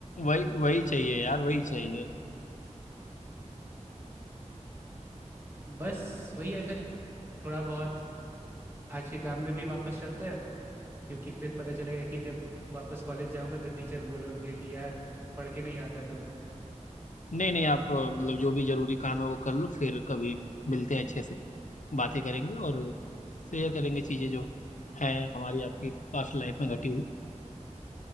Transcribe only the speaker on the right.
बस वही है फिर थोड़ा बहुत आज के काम में भी वापस चलते हैं क्योंकि फिर पता चलेगा कि जब वापस कॉलेज जाऊंगा तो टीचर बोलोगे कि यार पढ़ के नहीं आता तुम।